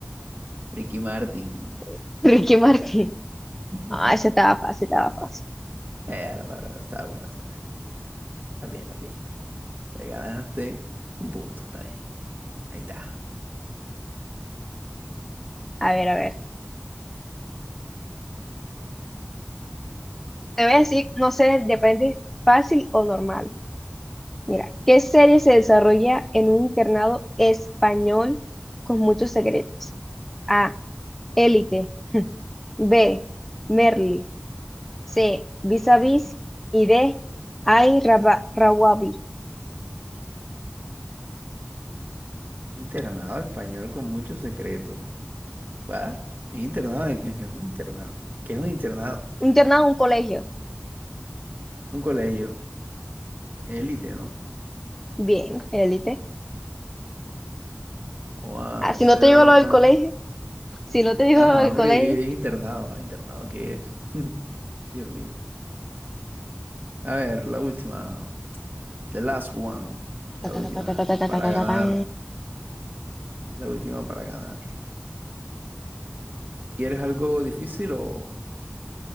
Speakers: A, on the right; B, in the centre.
A: Ricky Martin.
B: <laughs> Ricky Martin.
A: <laughs>
B: Ah, esa estaba fácil, estaba fácil.
A: Eh, bárbaro, está bueno, está bueno. Está bien, está bien. Te ganaste un punto, está bien. Ahí está.
B: A ver, a ver. Te voy a decir, no sé, depende fácil o normal. Mira, ¿qué serie se desarrolla en un internado español con muchos secretos? A. Élite. B. Merli. C. Vis a Vis. Y D. Ay, Raba- Rawabi.
A: Internado español con muchos secretos. ¿Va? Internado, ¿qué es un internado? ¿Qué es un internado?
B: Un internado, un colegio.
A: Un colegio. Élite, ¿no?
B: Bien, élite.
A: Oh, ah,
B: Ah, si
A: eso
B: no
A: era
B: te digo
A: una.
B: lo del colegio,
A: <laughs>
B: si no te digo
A: Ajá,
B: lo del
A: porque
B: colegio.
A: aquí yo dije internado. ah, internado, ¿qué es? <laughs> Dios mío. A ver, la última. The last one. La
B: ta, ta,
A: última.
B: ta, ta, ta, ta, ta, ta,
A: Para
B: ta, ta,
A: ganar.
B: ta, tan.
A: La última para ganar. ¿Quieres algo difícil o...?